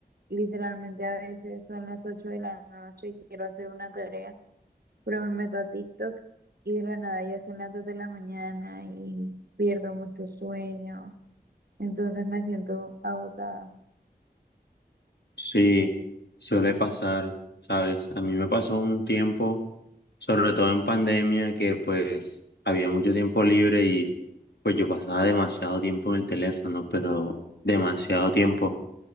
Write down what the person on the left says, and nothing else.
Sí, suele pasar, ¿sabes? A mí me pasó un tiempo, sobre todo en pandemia, que pues había mucho tiempo libre y pues yo pasaba demasiado tiempo en el teléfono, pero demasiado tiempo.